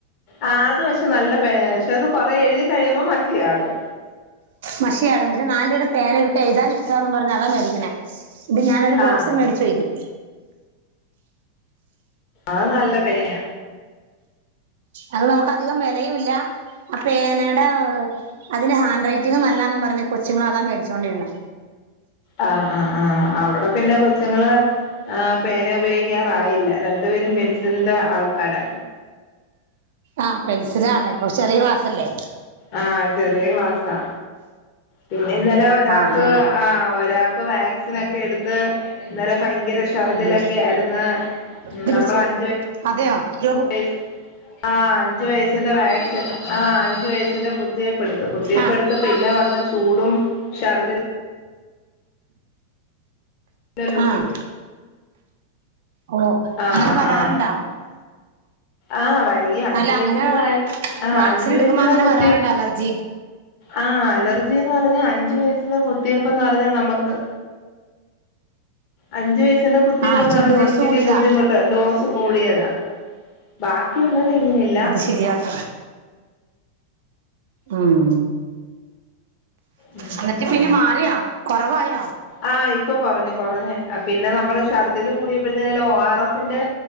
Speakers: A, on the left; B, on the right.
A: ആഹ് അത് പക്ഷെ നല്ല പന പക്ഷെ അത് കൊറേ എഴുതി കഴിയുമ്പോ മശിചാടും.
B: മഷിചാടും. പക്ഷെ നാല് രൂപേടെ പേന ഇവർക്ക് എഴതാൻ ഇഷ്ടാന്നും പറഞ്ഞ് അതാ മേടിക്ക്ണേ. ഇത് ഞാനൊരു ബോക്സ്
A: ആഹ്
B: മേടിച്ചു. അയ്ന്‌
A: അത് നല്ല പേന
B: അത് നമുക്ക് അധികം വെലയുല്ല ആ പേനയുടെ അതിന് ഹാൻഡ് റൈറ്റിങ് നല്ലാന്നും പറ്ഞ് കൊച്ചുങ്ങൾ അതാ മേടിച്ചുകൊണ്ടിരുന്നെ.
A: ആഹ് ആഹ് ആഹ് അവിടെ പിന്നെ കൊച്ചുങ്ങള് ഹ് പേന ഉപയോഗി ക്ക്യാറായില്ല രണ്ടു പേരും പെൻസിലിന്റെ ആൾക്കാരാ.
B: ആഹ് പെൻസിലാണല്ലോ ഇപ്പം. ചെറ്യേ ക്ലാസ്സല്ലെ.
A: ആഹ് ചെറ്യേ ക്ലാസ്സാ. പിന്നെ ഇന്നലെ ഒരാക്ക്.
B: ആ അതുകൊണ്ട്
A: ആ ഒരാൾക്ക് വാക്സിൻ ഒക്കെ എടുത്ത് ഇന്നലെ ഭയങ്കര ഇശ് ചർദിലൊക്കെ
B: ഉം.
A: ആയിര്ന്ന്
B: ഇത്
A: നമ്മൾ
B: പിടിച്ചേ
A: അഞ്ച്.
B: അതെയോ റ്റോബു.
A: വയസ് ആഹ് അഞ്ചു വയസിന്റെ വാക്സിൻ ആഹ് അഞ്ചു വയസിന്റെ കുത്തിയെപ്പെടുത്തു കുത്തിയെപ്പെടുത്ത
B: ആ
A: പിന്നെ വന്ന് ചൂടും ശർദിലും. ല്ല ലൂസ്
B: ആഹ്. ഓ
A: ആഹ്
B: അങ്ങനെ
A: ആഹ്
B: വരാറുണ്ടാ.
A: ആഹ് ആഹ് വൈ ഈ അഞ്ചു
B: അല്ല
A: വയസിന്റെ
B: അങ്ങനെ
A: കാര്യം ആഹ്
B: വാക്സിൻ
A: അഞ്ചു
B: എടുക്കുമ്പോ
A: വയസിന്റെ
B: അങ്ങനെ
A: കുത്തി
B: വരാറുണ്ട് അലർജി.
A: ആഹ് അലർജിന്ന് പറഞ്ഞ അഞ്ചു വയസിലെ കുത്തിയപ്പന്ന് പറഞ്ഞാ നമക്ക്. അഞ്ചു വയസ്സിന്റെ കുത്തിയപ്പന്ന്
B: ആഹ്
A: പറഞ്ഞ
B: ഡോസ്
A: ഇച്ചിരി
B: കൂടിയതാ
A: ബുദ്ധിമുട്ട് ഡോസ്. റ്റ് കുടിയതാ. ബാക്കി ഉള്ളത് എങ്ങനെലും.
B: അത് ശരിയാട്ടോ ഉം.
A: ഉം
B: അന്നിട്ട്
A: ഉം
B: പിന്നെ
A: ഉം
B: മാറ്യാെ കൊറവായോ.
A: ആഹ് ഇപ്പൊ കൊറഞ്ഞു കൊറഞ്ഞ്. പിന്നെ നമ്മള് ഷർദില് കൂടിയപ്പോഴ്തേലും ഒ ആർ എസിന്റെ.